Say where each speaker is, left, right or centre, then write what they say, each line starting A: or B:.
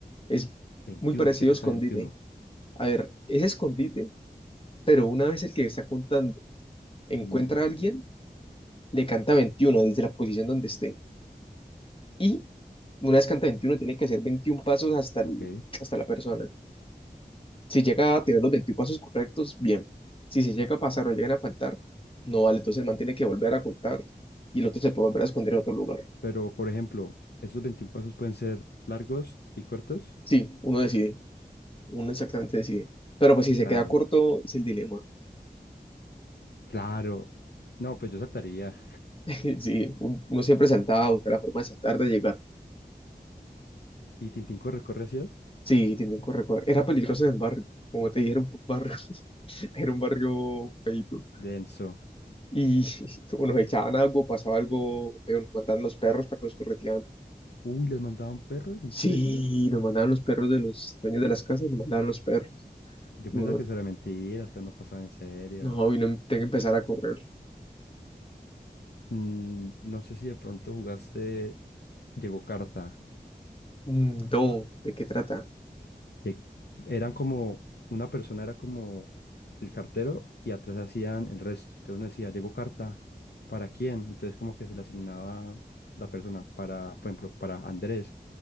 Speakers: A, on the left; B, on the left.
A: Es
B: veintiuno
A: muy parecido
B: ¿de qué trata
A: a escondite.
B: veintiuno
A: A ver, es escondite, pero una vez el que está contando encuentra
B: Mm,
A: a alguien, le canta 21 desde la posición donde esté. y una descanta 21 tiene que hacer 21 pasos hasta, el-
B: ok.
A: hasta la persona. Si llega a tener los 21 pasos correctos, bien. Si se llega a pasar o llegan a faltar, no vale. Entonces el man tiene que volver a contar y el otro se puede volver a esconder en otro lugar.
B: Pero, por ejemplo, esos 21 pasos pueden ser largos y cortos.
A: Sí, uno decide, uno exactamente decide. Pero pues si
B: Claro,
A: se queda corto, es el dilema.
B: claro. No, pues yo saltaría.
A: <laughs> Sí, un- uno siempre saltaba, buscar la forma de saltar, de llegar.
B: ¿Y Tintín corre, corre hacías?
A: Sí, tienen que recordar Era peligroso en el barrio, como te dije, era un barrio, <laughs> era un barrio feito.
B: Denso.
A: y <laughs> o nos echaban algo, pasaba algo feo, nos mandaban los perros para que nos correteaban.
B: Uy, ¿los mandaban perros? ¿En
A: Sí,
B: serio?
A: nos mandaban los perros de los dueños de las casas, nos mandaban los perros.
B: Yo pensaba
A: Y uno,
B: que eso era mentiras, que no pasaba en serio.
A: no, y no em- tiene que empezar a correr.
B: Mm, no sé si de pronto jugaste Llegó Carta.
A: Mm, No, ¿de qué trata?
B: que eran como, una persona era como el cartero y atrás hacían el resto. Entonces uno decía, llegó carta, ¿para quién? Entonces como que se le asignaba la persona para, por ejemplo, para Andrés,